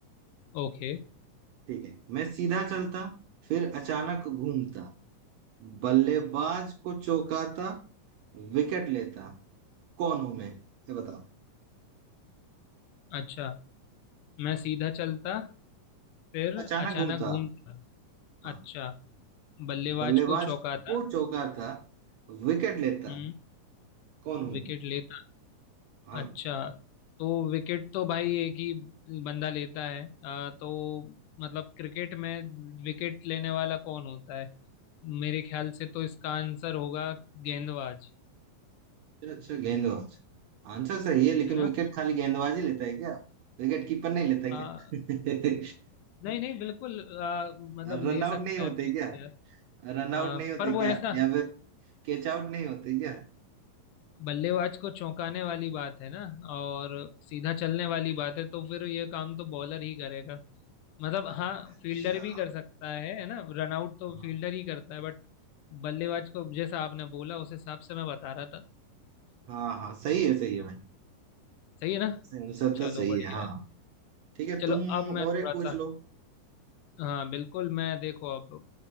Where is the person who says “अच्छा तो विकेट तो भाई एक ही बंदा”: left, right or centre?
Left